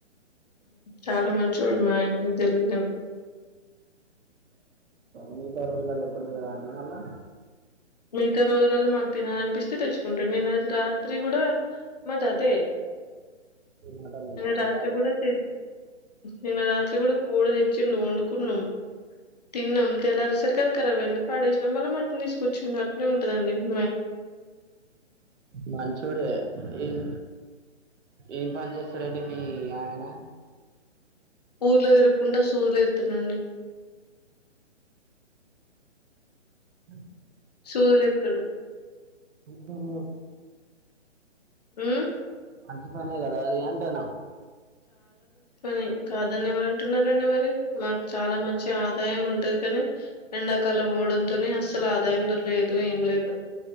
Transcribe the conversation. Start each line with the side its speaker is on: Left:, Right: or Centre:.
Left: చాలా మంచోడు మా ఆయన తెలిదా
Right: మిగతా రోజుల్లో ఎప్పుడు త్యారా అండి మళ్ళా
Left: మీగతే రోజులలో మా తినాలనిపిస్తే తెచ్చుకుంటాడి నిన్న రాత్రి కూడా మాది అదే
Right: ఈ మటనేనా
Left: నిన్న రాత్రి
Right: యాడ
Left: కూడా తె నిన్న రాత్రి కోడి కూర తెచ్చిండు వండుకున్నాం తిన్నాం తెల్లారు సరి కలా కరాబ్ అయింది పాడేసినం మళ్ళీ మటన్ తీసుకు కూున్నట్నే ఉంటదండింది
Right: మంచోడు ఏం ఏం పని చేస్తారండి మీ ఆయన
Left: సూర్లు తిరుగకుండా సూర్లు ఇతునండి
Right: అ
Left: సూదులేత్తడు.
Right: దద
Left: ఉమ్
Right: మంచిపనే కదా అది అంటేనా
Left: ని కాదని ఎవరంటున్నారండి మరి మాకు చాలా మంది మంచి ఆదాయం ఉంటది కాని ఎండాకాలం ఓడంతోని అస్సలు ఆదాయం దొరలేదు ఏం లేదు